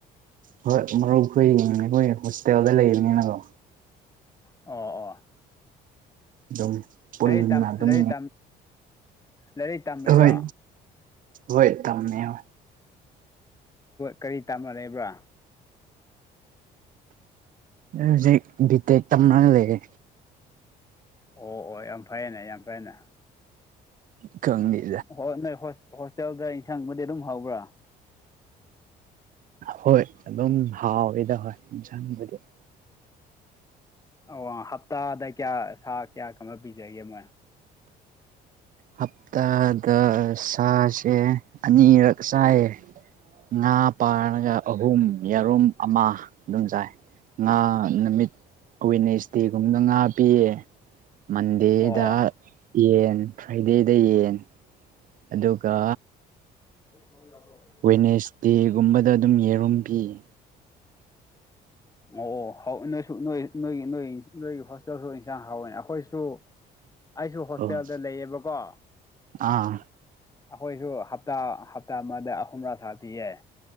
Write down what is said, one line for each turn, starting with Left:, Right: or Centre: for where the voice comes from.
Right: ꯍꯣꯏ ꯃꯔꯨꯞ ꯑꯩꯈꯣꯏ <unintelligible> ꯍꯣꯁꯇꯦꯜꯗ ꯂꯩꯕꯅꯤꯅꯀꯣ
Left: ꯑꯣ ꯑꯣ
Right: ꯑꯗꯨ ꯄꯨꯅ
Left: ꯂꯥꯏꯔꯤꯛ
Right: ꯑꯗꯨꯝ
Left: ꯂꯥꯏꯔꯤꯛ ꯂꯥꯏꯔꯤꯛ ꯇꯝꯃꯤꯔꯣ
Right: ꯍꯣꯏ ꯍꯣꯏ ꯇꯝꯃꯦ ꯍꯣꯏ
Left: ꯀꯔꯤ ꯇꯥꯅꯔꯦꯕ꯭ꯔꯥ
Right: ꯍꯧꯖꯤꯛ ꯕꯤꯇꯦꯛ ꯇꯝꯔꯒ ꯂꯩꯔꯦ
Left: ꯑꯣ ꯑꯣ ꯌꯥꯝ ꯐꯩꯌꯦꯅꯦ ꯌꯥꯝ ꯐꯩꯌꯦꯅꯦ
Right: ꯈꯪꯒꯦ
Left: ꯍ ꯅꯣꯏ ꯍꯣꯁꯇꯦꯜꯗ ꯏꯟꯁꯥꯡꯕꯨꯗꯤ ꯑꯗꯨꯝ ꯍꯧꯕ꯭ꯔꯥ
Right: ꯍꯣꯏ ꯑꯗꯨꯝ ꯍꯥꯎꯋꯤꯗ ꯍꯣꯏ ꯏꯟꯁꯪꯕꯨꯗꯤ
Left: ꯑꯣ ꯍꯞꯇꯥꯗ ꯀꯌꯥ ꯁꯥ ꯀꯌꯥ ꯀꯃꯣ ꯄꯤꯖꯒꯦ ꯃꯣꯏ
Right: ꯍꯞꯇꯥꯗ ꯁꯥꯁꯦ ꯑꯅꯤꯔꯛ ꯆꯥꯏꯌꯦ ꯉꯥ ꯄꯥꯔꯒ ꯑꯍꯨꯝ ꯌꯦꯔꯨꯝ ꯑꯃ ꯑꯗꯨꯝ ꯆꯥꯏ ꯉꯥ ꯅꯨꯃꯤꯠ ꯋꯤꯅꯦꯁ ꯗꯦꯒꯨꯝꯗ ꯉꯥꯞꯄꯤꯌꯦ ꯃꯟꯗꯦꯗ
Left: ꯑꯣ
Right: ꯌꯦꯟ ꯐ꯭ꯔꯥꯏꯗꯦꯗ ꯌꯦꯟ ꯑꯗꯨꯒ
Left: <unintelligible>
Right: ꯋꯦꯅꯦꯁ ꯗꯦꯒꯨꯝꯕꯗ ꯑꯗꯨꯝ ꯌꯦꯔꯨꯝ ꯄꯤꯌꯦ
Left: ꯑꯣ ꯑꯣ ꯅꯣꯏꯁꯨ ꯅꯣꯏ ꯅꯣꯏꯒꯤ ꯅꯣꯏ ꯅꯣꯏꯒꯤ ꯍꯣꯁꯇꯦꯜꯁꯨ ꯏꯟꯁꯥꯡ ꯍꯥꯎꯋꯦ ꯑꯩꯈꯣꯏꯁꯨ ꯑꯩꯁꯨ ꯍꯣꯁꯇꯦꯜꯗ
Right: ꯑꯣ
Left: ꯂꯩꯌꯦꯕꯀꯣ
Right: ꯑꯥ
Left: ꯑꯩꯈꯣꯏꯁꯨ ꯍꯞꯇꯥ ꯍꯞꯇꯥ ꯑꯃꯗ ꯑꯍꯨꯝꯂꯥ ꯁꯥ ꯄꯤꯌꯦ